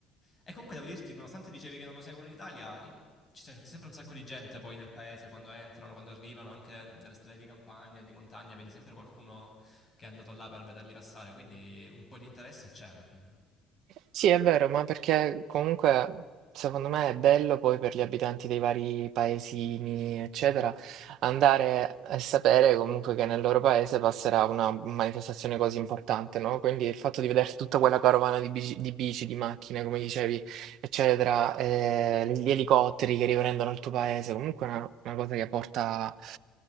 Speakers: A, on the left; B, on the right.
A: E comunque devo dirti, nonostante dicevi che non lo seguono in Italia, i- ci c'è sempre un sacco di gente poi nel paese quando entrano, quando arrivano, anche nelle strade di campagna, di montagna, vedi sempre qualcuno che è andato là per vederli passare, quindi un po' di interesse c'è alla fine.
B: Sì, è vero, ma perché comunque secondo me è bello poi per gli abitanti dei vari paesini, eccetera, andare e sapere comunque che nel loro paese passerà una manifestazione così importante, no, quindi il fatto di vedere tutta quella carovana di bici di bici, di macchine, come dicevi, eccetera, ehm, gli elicotteri che riprendono il tuo paese, comunque è una una cosa che porta